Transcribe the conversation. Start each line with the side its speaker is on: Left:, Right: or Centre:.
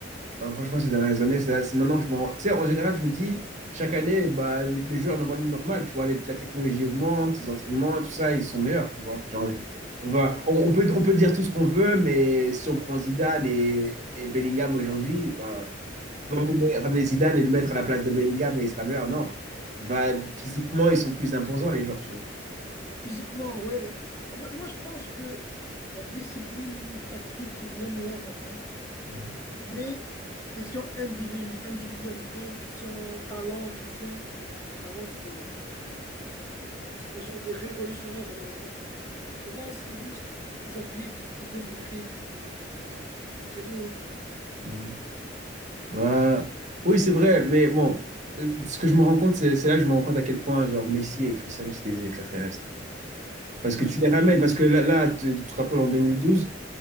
Right: Ah, franchement, ces dernières années, c'est c'est maintenant que je me rends. Tu sais, en général, je me dis, chaque année, bah, les joueurs, normal, normal, tu vois, les- la technologie augmente, les entraînements, tout ça, ils sont meilleurs, tu vois. Genre, voilà. on, on peut, on peut dire tout ce qu'on veut, mais si on prend Zidane et, et Bellingham aujourd'hui, bah,
Left: Ouais,
Right: tu vas pas ramener Zidane et le mettre à la place de Bellingham et il sera meilleur, non. Bah, physiquement,
Left: ça va être
Right: ils sont
Left: quoi?
Right: plus imposants, les joueurs, tu vois.
Left: Physiquement, ouais. En fait, Moi, je pense que la discipline tactique est bien meilleure maintenant,
Right: Ouais.
Left: mais question individu- individualité, question talent, question... Avant, c'était bien meilleur. C'était genre des révolutionnaires à leur époque. Ceux-là, c'est juste, ils appliquent, ils veulent du fric,
Right: Ok.
Left: et c'est tout.
Right: Mhm. Ouais. Oui, c'est vrai, mais bon, euh, ce que je me rends compte, c'est c'est là que je me rends compte à quel point genre Messi et Cristiano, c'est des extraterrestres. Parce que
Left: Ouais.
Right: tu les ramènes, parce que là, là, tu tu te rappelles en 2012,